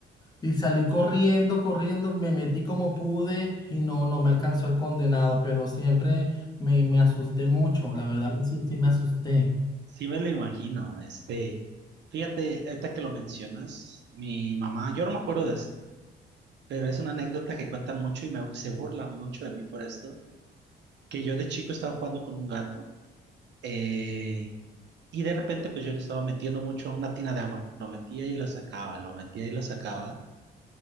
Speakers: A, on the left; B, on the right.
A: y salí corriendo, corriendo, me metí como pude y no, no me alcanzó el condenado, pero siempre me, me asusté mucho, la verdad, sí, sí me asusté.
B: Sí me lo imagino, este, fíjate, ahorita que lo mencionas, mi mamá, yo no me acuerdo de esto, pero es una anécdota que cuentan mucho y me- se burla mucho de mí por esto, que yo de chico estaba jugando con un gato, eh, y de repente pues yo lo estaba metiendo mucho a una tina de agua, lo metía y lo sacaba, lo metía y lo sacaba,